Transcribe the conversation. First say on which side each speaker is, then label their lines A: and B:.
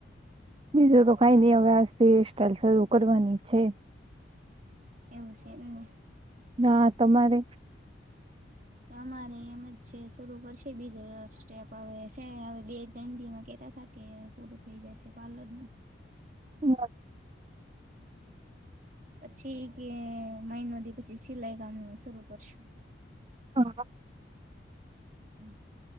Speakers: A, on the right (about 30°); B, on the right (about 45°).
A: બીજું તો કઈ નઈ હવે, આજથી હેરસ્ટાઈઇલ શરૂ કરવાની છે.
B: એવું છે. એમને..
A: ના તમારે..
B: અમારે એમ જ છે. શરૂ કરશે બીજો સ્ટેપ હવે સે હવે બે તણ દિમાં કેતા તા. કે, પૂરું થઈ જશે, પાર્લર નું.
A: હા <unintelligible>
B: પછી, ઈકે મઈનો દિ પછી, સિલાઈ કામ નું શરૂ કરશું.
A: હા. <unintelligible>
B: હમ